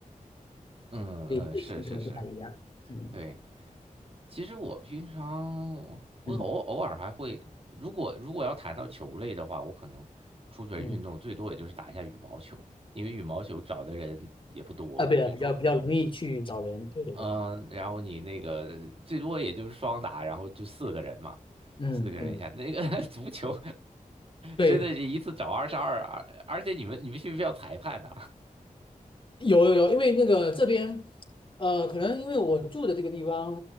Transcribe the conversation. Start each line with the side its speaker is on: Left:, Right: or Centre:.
Right: 嗯嗯，
Left: 类型可能不太一样。
Right: 是是是，
Left: 嗯
Right: 对。其实我平常我偶偶尔还会，
Left: 嗯
Right: 如果如果要谈到球类的话，我可能出去运动最多也就是打一下羽毛球，
Left: 嗯。
Right: 因为羽毛球找的人也不多，
Left: 啊，对啊，
Right: 最多
Left: 比较比较容易去找人，对对对，
Right: 嗯，然后你那个最多也就是双打，然后就四个人嘛，
Left: 嗯嗯，
Right: 四个人一下。那个 <laughs> 足球
Left: 对，
Right: 真的是一次找二十二，而且你们你们需不需要裁判呢？
Left: 有有有，因为那个这边，呃，可能因为我住的这个地方，